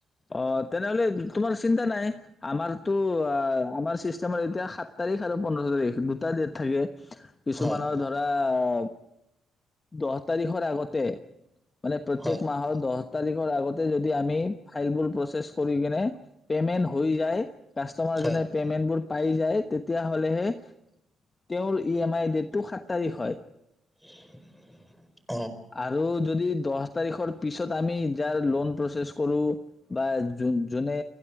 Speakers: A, on the left (about 30°); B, in the centre.
A: অ' তেনেহ'লে তোমাৰ চিন্তা নাই, আমাৰ টো অ' আমাৰ চিষ্টেমৰ এতিয়া সাত তাৰিখ আৰু পোন্ধৰ তাৰিখ দুটা ডেট থাকে। কিছুমানৰ
B: হয়
A: ধৰা অ দহ তাৰিখৰ আগতে। মানে প্ৰত্যেক
B: হয়
A: মাহৰ দহ তাৰিখৰ আগতে যদি আমি ফাইল বোৰ প্ৰচেছ কৰি কিনে পে'মেণ্ট হৈ যায় কাষ্টমাৰজনে
B: হয়
A: পেমেণ্টবোৰ পাই যায় তেতিয়াহলেহে তেওঁৰ ই এম আই ডটটো সাত তাৰিখ হয়।
B: <unintelligible>
A: আৰু যদি দহ দহ তাৰিখৰ পিছত, আমি যাৰ লোন প্ৰচেছ কৰো বা যোনে